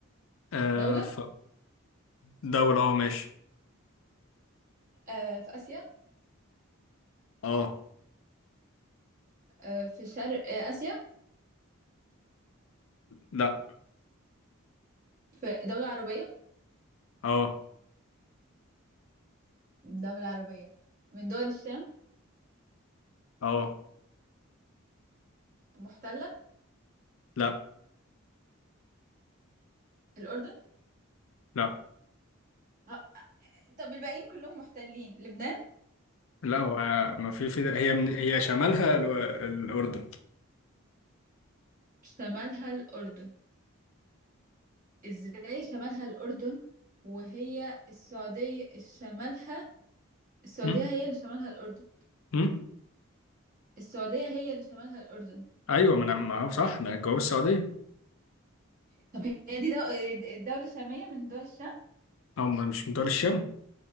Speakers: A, on the left (about 70°); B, on the right (about 40°).
A: آه
B: دولة
A: ف دولة اه ماشي
B: آه في آسيا
A: اه
B: آه في شرق آه آسيا
A: لا
B: في دولة عربية
A: اه
B: دولة عربية من دول الشام
A: اه
B: محتلة
A: لا
B: الأردن
A: لا
B: آه. طب الباقيين كلهم محتلين لبنان
A: لا هو ما في في هي من هي شمالها الو- الأردن
B: شمالها الأردن إزاي شمالها الأردن وهي السعودية شمالها السعودية
A: هم؟
B: هي اللي شمالها الأردن
A: هم؟
B: السعودية هي اللي شمالها الأردن
A: ايوه ما انا ما هو صح ما انا جواب السعودية
B: طب هي دي دو... دولة شامية من دول الشام
A: او ما- مش من دول الشام